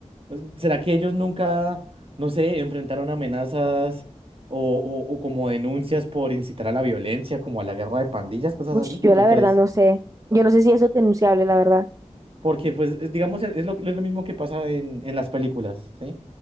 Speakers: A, on the right (about 50°); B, on the right (about 25°).
A: pues, ¿será que ellos nunca, no sé, enfrentaron amenazas o, o o como denuncias por incitar a la violencia, como a la guerra de pandillas, cosas
B: Uy,
A: así? ¿Tú
B: yo
A: qué
B: la
A: crees?
B: verdad no sé. Yo no sé si eso es denunciable, la verdad.
A: Porque, pues, es- digamos, es lo, es lo mismo que pasa en, en las películas, ¿sí?